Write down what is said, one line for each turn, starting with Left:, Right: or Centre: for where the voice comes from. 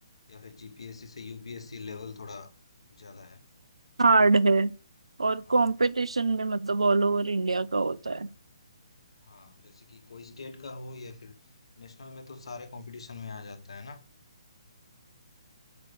Left: या फिर जीपीएससी से यूपीएससी लेवल थोड़ा ज्यादा है
Right: हार्ड है और
Left: हाँ
Right: कंपटीशन भी मतलब ऑल ओवर इंडिया का होता है
Left: हाँ जैसे कि कोई स्टेट का हो या फिर नेशनल में तो सारे कंपटीशन में आ जाता है ना